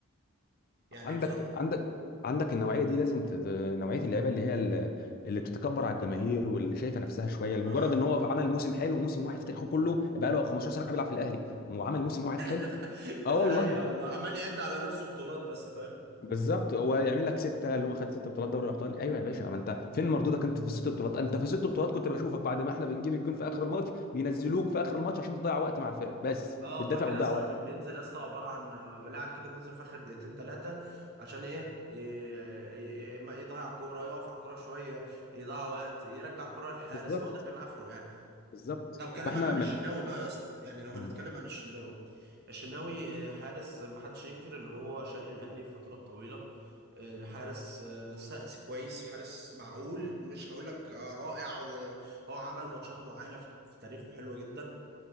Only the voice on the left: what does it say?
عندك
عندك عندك النوعيه دي لازم تت... نوعيه اللعيبه اللي هي ال- اللي بتتكبر على الجماهير واللي شايفه نفسها شويه لمجرد
ان هو عمل موسم حلو وموسم واحد في تاريخه كله بقى له 15 سنه بيلعب في الاهلي وعمل موسم واحد حلو
اه والله
بالظبط هو يعمل لك سته اللي هو خد ست بطولات دوري الابطال ايوه يا باشا ما انت فين مردودك انت في الست بطولات انت في الست بطولات كنت بشوفك بعد ما احنا بنجيب الجون في اخر الماتش بينزلوك في اخر الماتش عشان تضيع وقت مع الفرقه بس
بتدافع
وتضيع
وقت
بالظبط
بالظبط
فاحنا
م...
مم.